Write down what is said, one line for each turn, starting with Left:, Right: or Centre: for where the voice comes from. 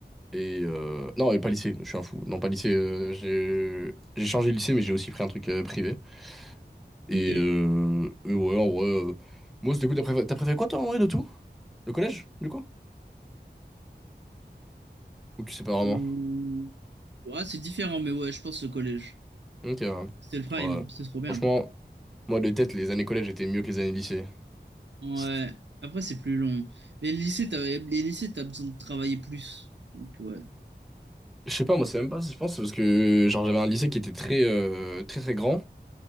Centre: Et euh, non, et pas lycée, je suis un fou. Non, pas lycée. euh, j'ai j'ai changé de lycée, mais j'ai aussi pris un truc euh, privé. Et,
Right: ok.
Centre: euh, et ouais, en vrai. euh, Mousse, du coup, t'as préféré, t'as préféré quoi, toi, en vrai, de tout? Le collège, du coup? Ou tu sais pas vraiment?
Right: Mmh. Ouais, c'est différent, mais ouais, je pense le collège.
Centre: Ok, ouais.
Right: C'était le prime,
Centre: Ouais.
Right: c'est trop bien.
Centre: Franchement, moi, de tête, les années collège étaient mieux que les années lycée.
Right: Ouais.
Centre: C'est-
Right: Après, c'est plus long. Mais le lycée, t'as, les lycées, t'as besoin de travailler plus. Donc, ouais.
Centre: Je sais pas, moi, c'est même pas, je pense, c'est parce que genre j'avais un lycée qui était très, euh, très, très grand.